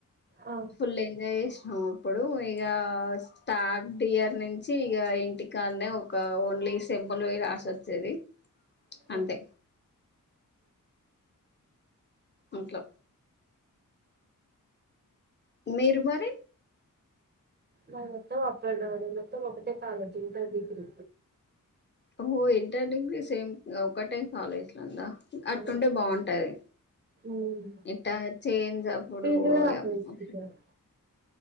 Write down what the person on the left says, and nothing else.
ఫుల్ ఎంజాయ్ చేసినాం అప్పుడు ఇగా స్టాట్ టియర్ నించి ఇగ ఇంటికాన్నే ఒక ఓన్లీ సెమ్ములు పోయి రాసి వచ్చేది
అంతే అట్లా మీరు మరి
ఓహో ఇంటర్ డిగ్రీ సేమ్ ఒకటే కాలేజ్ లో ఉందా అటుంటే
బాగుంటది
ఇట్టా చేేంజప్పుడు
ఓయమ్మో